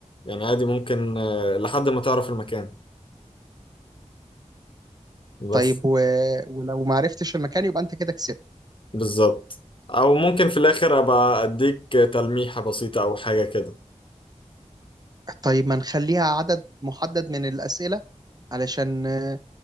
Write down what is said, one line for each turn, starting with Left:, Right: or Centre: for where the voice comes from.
Left: يعني عادي ممكن آه، لحد ما تعرف المكان بس
Right: طيب و... ولو ما عرفتش المكان يبقى انت كده كسبت
Left: بالظبط أو ممكن في الآخر أبقى أديك تلميحة بسيطة أو حاجة كده
Right: طيب ما نخليها عدد محدد من الاسئله علشان آه،